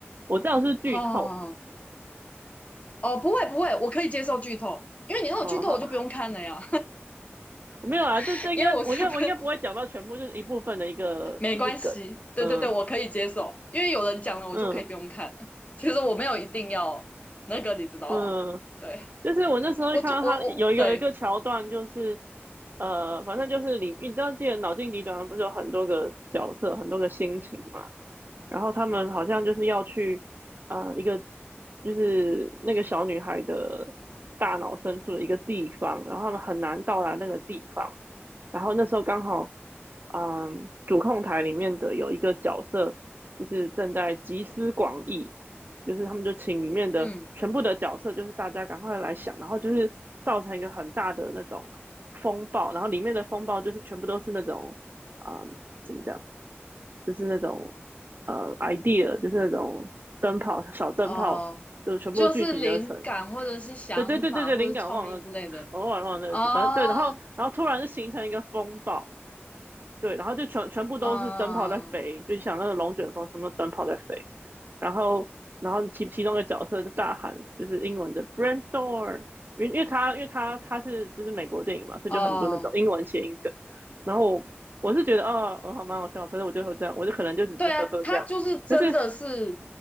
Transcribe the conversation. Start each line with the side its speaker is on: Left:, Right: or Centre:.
Right: 我这样是剧透。
Left: 哈，哦，不会不会，我可以接受剧透，因为你让我剧透，
Right: 哦，好，
Left: 我就不用看了呀，
Right: 我没有啊，
Left: <laughs>
Right: 这这应该我应该我应该不会讲到全部，
Left: 因为我是分，
Right: 就是一部分的一个一个梗。
Left: 没关系，对对对，
Right: 嗯
Left: 我可以接受，因为有人讲了，我就可以不用看了。
Right: 嗯
Left: 其实我没有一定要那个，你知道吗？
Right: 嗯
Left: 对，
Right: 就是我那时候就看到他有一个有一个桥段，
Left: 我做我我对，
Right: 就是呃，反正就是你你知道记得脑筋急转弯不是有很多个角色，很多个心情嘛？然后他们好像就是要去呃一个就是那个小女孩的大脑深处的一个地方，然后他们很难到达那个地方。然后那时候刚好，嗯，主控台里面的有一个角色，就是正在集思广益，就是他们就请里面的全部的角色，
Left: 嗯，
Right: 就是大家赶快来想，然后就是造成一个很大的那种风暴，然后里面的风暴就是全部都是那种，嗯，怎么讲，就是那种呃 idea，就是那种灯泡小灯泡，
Left: 哦，
Right: 就是全部聚集而成。
Left: 就是灵感或者是想法或者创意之类的，
Right: 对对对对对，灵感忘了，我忘了忘了那个字，
Left: 哦，
Right: 然后对，然后然后突然就形成一个风暴，对，然后就全全部都是灯泡在飞，
Left: 嗯，
Right: 就想那个龙卷风，全部灯泡在飞。然后然后其其中一个角色就大喊，就是英文的 brainstorm，因为因为他因为他他是就是美国电影嘛，所以就很多那种英文谐音梗。
Left: 哦。
Right: 然后我我是觉得哦，哦好蛮好笑，可是我就会这样，我就可能就只是呵呵这样。
Left: 对啊，他就是真的是，
Right: 但是